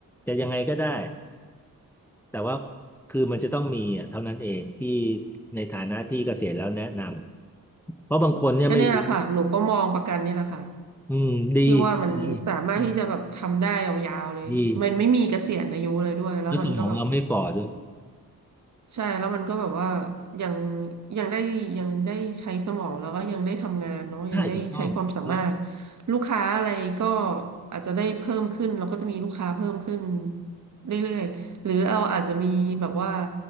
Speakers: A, in the centre; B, on the right.
A: จะยังไงก็ได้ แต่ว่าคือมันจะต้องมีอ่ะเท่านั้นเองที่ในฐานะที่เกษียณแล้วแนะนำเพราะบางคนเนี่ยไม่รู้
B: ก็เนี่ยแหละค่ะหนูก็มองประกันนี่แหละค่ะ
A: อืมดีดี
B: ที่ว่ามันสามารถที่จะแบบทำได้ยาวๆเลย
A: ดีดี
B: มันไม่มีเกษียณอายุเลยด้วยแล้วมันก็แบบ
A: แล้วสมองเราไม่ฝ่อด้วย
B: ใช่แล้วมันก็แบบว่ายังยังได้ยังได้ใช้สมองแล้วก็ยังได้ทำงานเนาะยังได้ใช้ความสามารถ
A: ใช่ถูกต้องถูกต้อง
B: ลูกค้าอะไรก็อาจจะได้เพิ่มขึ้นเราก็จะมีลูกค้าเพิ่มขึ้นเรื่อยๆหรือเราอาจจะมีแบบว่า